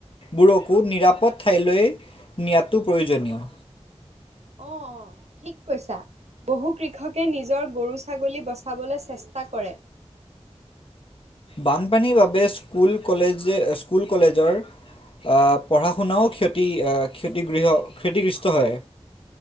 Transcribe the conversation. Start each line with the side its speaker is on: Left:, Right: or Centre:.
Left: বোৰকো নিৰাপদ ঠাইলৈ নিয়াতটো প্ৰয়োজনীয়।
Right: অ অ ঠিক কৈছা। বহু কৃষকে নিজৰ গৰু- ছাগলী বচাবলৈ চেষ্টা কৰে।
Left: বানপানীৰ বাবে স্কুল কলেজে স্কুল কলেজৰ। অ পঢ়া শুনাও ক্ষতি ক্ষতিগৃহ ক্ষতিগ্ৰস্ত হয়।